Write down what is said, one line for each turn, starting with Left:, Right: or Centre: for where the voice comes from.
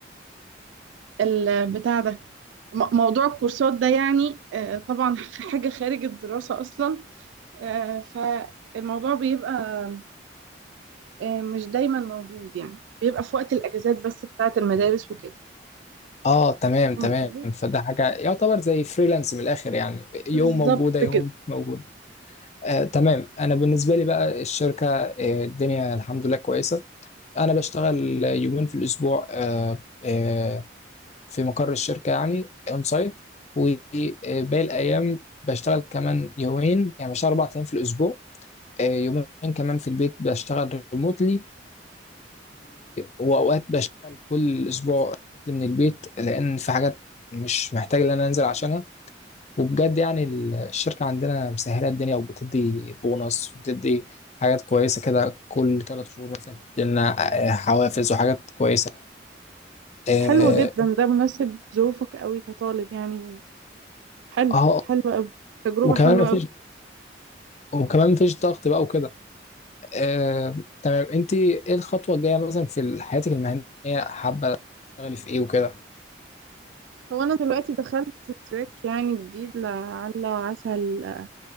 Right: ال- بتاع ده م- موضوع الكورسات ده يعني آه، طبعا <laughs> حاجة خارج الدراسة اصلا آه، فالموضوع بيبقى آه، مش دايما موجود يعني بيبقى في وقت الاجازات بس بتاعه المدارس وكده
Left: اه تمام
Right: فاهم
Left: تمام
Right: قصدي؟
Left: فده حاجة يعتبر زي فريلانس من الاخر يعني يوم
Right: بالظبط
Left: موجودة يوم
Right: كده
Left: مش موجودة آه تمام انا بالنسبة لي بقى الشركة آه الدنيا الحمد لله كويسة انا بشتغل يومين في الاسبوع آه، آه، في مقر الشركه يعني اون سايت وباقي الايام بشتغل كمان يومين يعني بشتغل اربع ايام في الاسبوع آه، يومين كمان في البيت بشتغل ريموتلي واوقات بشتغل كل اسبوع ريموتلي من البيت لان في حاجات مش محتاج ان انا انزل عشانها وبجد يعني الشركه عندنا مسهله الدنيا وبتدي بونص وبتدي حاجات كويسه كده كل ثلاث شهور مثلا بتدي لنا آه، حوافز وحاجات كويسه اه
Right: حلو جدا ده مناسب ظروفك قوي كطالب يعني و- حلو
Left: آه،
Right: حلو قوي تجربة
Left: وكمان
Right: حلوة
Left: مفيش
Right: قوي
Left: وكمان مفيش ضغط بقى وكده آه، تمام انت ايه الخطوه الجايه مثلا في حياتك المهنيه حابه تشتغلي في ايه وكده
Right: هو انا دلوقتي دخلت تراك يعني جديد لعل وعسى ال-